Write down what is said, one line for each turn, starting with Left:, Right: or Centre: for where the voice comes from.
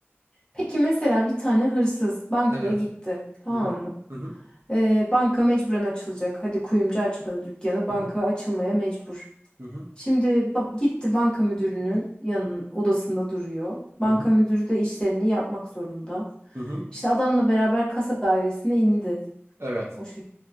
Left: Peki mesela bir tane hırsız bankaya
Right: Evet.
Left: gitti. Tamam
Right: Hı hı.
Left: mı?
Right: Hı hı.
Left: Ee, banka mecburen açılacak. Hadi kuyumcu açmadı dükkanı. Banka
Right: Hı hı.
Left: açılmaya mecbur.
Right: Hı hı.
Left: Şimdi ba- gitti banka müdürünün yanın odasında duruyor. Banka
Right: Hı hı.
Left: müdürü de işlerini yapmak zorunda.
Right: Hı hı.
Left: İşte adamla beraber kasa dairesine indi.
Right: Evet.
Left: O şey.